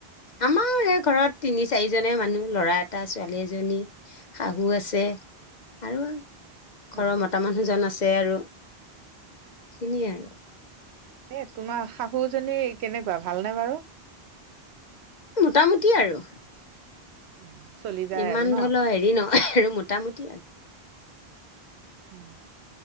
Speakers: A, on the left (about 50°); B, on the right (about 85°).
A: আমাৰ সেই ঘৰত তিনি চাৰিজনে মানুহ। লৰা এটা, ছোৱালী এজনী, শাহু আছে। আৰু ঘৰৰ
B: অ
A: মতা মানুহজন আছে আৰু সেইখিনিয়ে আৰু।
B: এ তোমাৰ শাহুজনী কেনেকুৱা ভালনে বাৰু?
A: মোটামুটি আৰু।
B: অ চলি যায়
A: ইমান
B: আৰু ন?
A: ধৰি লও হেৰি নহয় আৰু মোটামুটি আৰু।
B: অ